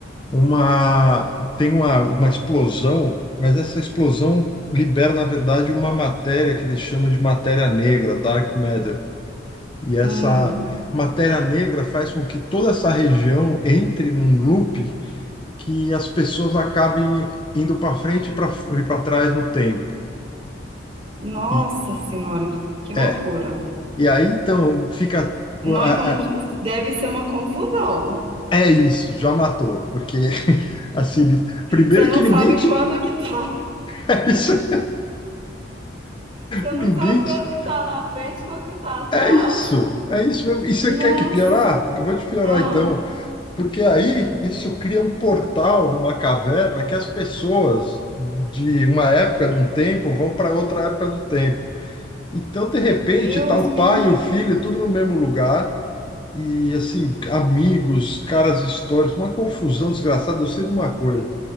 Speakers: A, on the left; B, on the right.
A: uma tem uma, uma explosão, mas essa explosão libera, na verdade, uma matéria que eles chamam de matéria negra, dark matter. E essa
B: Hum,
A: matéria negra faz com que toda essa região entre num loop que as pessoas acabem indo para frente e para trás no tempo.
B: nossa
A: E
B: senhora, que, que loucura.
A: é. E aí então fica
B: Não,
A: a-
B: então no-
A: a-
B: o- deve ser uma confusão.
A: é isso, já matou, porque <laughs> assim, primeiro
B: Você não
A: que ninguém
B: sabe
A: te
B: quando que tá, <laughs>
A: <laughs> é isso,
B: você
A: ninguém
B: não sabe quanto
A: te
B: que tá na frente, quanto que tá atrás.
A: É isso, é isso mesmo. E você
B: Nossa,
A: quer que piorar? Eu vou te piorar
B: ah,
A: então, porque aí isso cria um portal numa caverna que as pessoas de uma época de um tempo vão para outra época do tempo. Então, de repente,
B: Deus
A: tá o
B: me
A: pai
B: livre.
A: e o filho tudo no mesmo lugar e assim, amigos, caras históricos, uma confusão desgraçada. Eu sei de uma coisa,